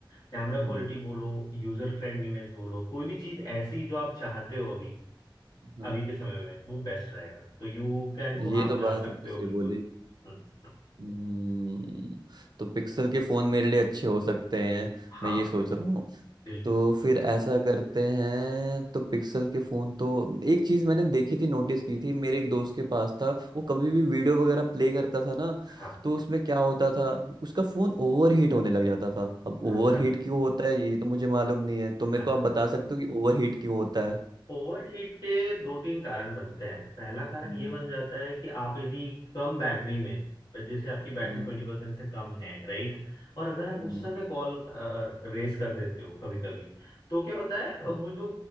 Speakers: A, on the left; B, on the right.
A: कैमरा
B: हाँ
A: क्वालिटी बोलो यूजर फ्रेंडलीनेस बोलो कोई भी चीज ऐसी जो आप चाहते हो अभी
B: हम्म, हाँ
A: अभी के समय में वो बेस्ट रहेगा तो यू कैन
B: हाँ,
A: गो
B: ये
A: आप
B: तो
A: जा
B: बात
A: सकते
B: आपने
A: हो
B: सही
A: बिल्कुल
B: बोली
A: हम्म,
B: हम्म, तो पिक्सल के फ़ोन मेरे लिए अच्छे हो सकते हैं
A: हाँ
B: मैं ये सोच रहा हूँ
A: बिल्कुल
B: तो फिर ऐसा करते हैं तो पिक्सल के फोन तो एक चीज मैंने देखी थी नोटिस की थी मेरे एक दोस्त के पास था वो कभी भी वीडियो वगैरह प्ले करता था ना
A: हाँ
B: तो उसमें क्या होता था उसका फोन ओवर हीट होने लग जाता था अब ओवर
A: अच्छा
B: हीट क्यों होता है ये तो मुझे मालूम नहीं है तो मेरे
A: हाँ
B: को
A: हाँ
B: आप बता
A: हाँ
B: सकते हो कि ओवर हीट क्यों होता है
A: ओवरहीट के दो तीन कारण बनते हैं पहला कारण
B: हम्म
A: ये बन जाता है कि आप यदि कम बैटरी में जैसे आपकी बैटरी
B: हम्म
A: ट्वेंटी परसेंट से कम है राइट और अगर आप
B: हम्म
A: उस समय कॉल रेस कर देते हो कभी कभी तो क्या होता है अ,
B: हम्म
A: वो जो